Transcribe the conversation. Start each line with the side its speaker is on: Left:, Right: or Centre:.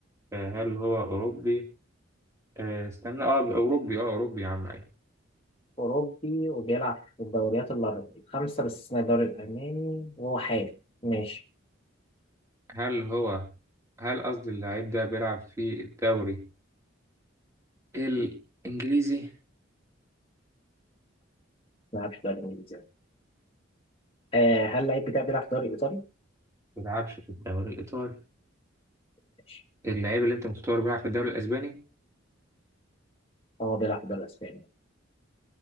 Right: آه، هل هو أوروبي آه، استنى اه أوروبي اه أوروبي يا عم أيوة.
Left: اوروبي وبيلعب في الدوريات الأر- الخمسه بس اسمها الدوري الالماني وهو حالي ماشي
Right: هل هو هل قصدي اللعيب ده بيلعب في الدوري الإنجليزي؟
Left: ما بيلعبش في الدوري الانجليزي يعني. آه، هل اللعيب بتاعي بيلعب في الدوري الايطالي
Right: ما بيلعبش في الدوري الإيطالي
Left: ماشي
Right: اللعيب اللي أنت مختاره بيلعب في الدوري الأسباني؟
Left: هو بيلعب في الدوري الاسباني